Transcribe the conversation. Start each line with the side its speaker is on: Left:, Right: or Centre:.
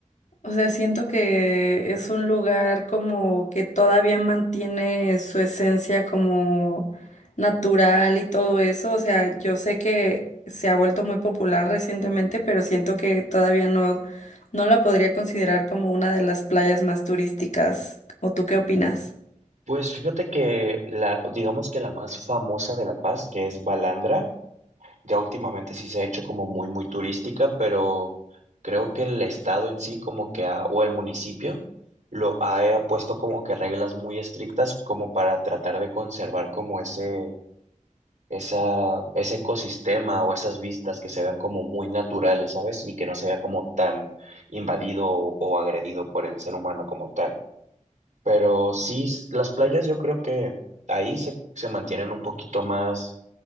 Left: O sea, siento que es un lugar como que todavía mantiene su esencia como natural y todo eso. O sea, yo sé que se ha vuelto muy popular recientemente, pero siento que todavía no, no la podría considerar como una de las playas más turísticas. ¿O tú qué opinas?
Right: Pues fíjate que la, digamos que la más famosa de La Paz, que es Balandra, ya últimamente sí se ha hecho como muy, muy turística, pero creo que el estado en sí, como que ha, o el municipio, lo ha puesto como que reglas muy estrictas como para tratar de conservar como ese esa, ese ecosistema o esas vistas que se vean como muy naturales, ¿sabes? Y que no se vea como tan invadido o, o agredido por el ser humano como tal. Pero sí, s- las playas yo creo que ahí se, se mantienen un poquito más,